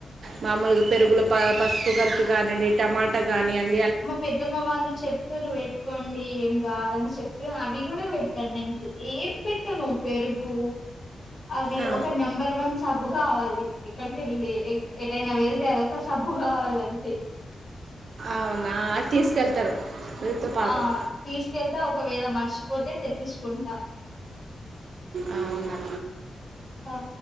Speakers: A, on the right; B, on the left.
A: మామూలుగా పెరుగుల పసుపు కలిపి కానిండి టమాట గాని అంటే
B: మా పెద్దమ్మ వాళ్ళు చెప్తారు పెట్టుకోండి ఏం కాదని చెప్ అవి గుడా పెట్టాను నేను ఏం పెట్టాను పెరుగు అవి
A: ఆ,
B: ఒక నెంబర్ వన్ సబ్బు కావాలి ఎక్కడికెళ్ళి ఎటైనా వెలితే అదొక సబ్బు కావాలంతే
A: అవునా తీసుకెళ్తారు మీతో పాటు
B: ఆ తీసుకెళ్తా ఒకవేళ మర్చిపోతే తెప్పించుకుంటా
A: అవునా
B: ఆ